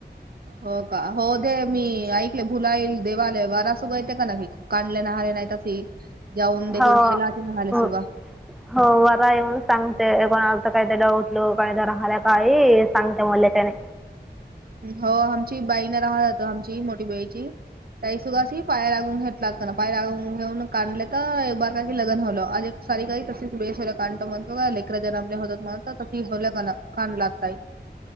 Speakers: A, on the right; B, in the centre.
A: हो का हो दे मी ऐकले भुलाईल देवालय वारासुगा येते का नाही. काढले नहाले नाही तासी जाऊन देखून
B: हो
A: खेला ती नले
B: हो
A: सुगा.
B: हो वरा येऊन सांगते कोणाच काहीत डाऊटल काही तर राहिल्या काही सांगते मला त्याने.
A: हो आमची बाईना राहत जात आमची मोठी बाईची. त्याहीसगाशी पाय लागून घेत लागत ना पाय लागून घेऊन काढले तर एक बार का लगन होलं आजे सारी काही तशीच बेसला जर जयकान त म्हणतो का लेकर जन आपल्या होतात म्हणत तशी हवल्या कान कान लागताय. <unintelligible>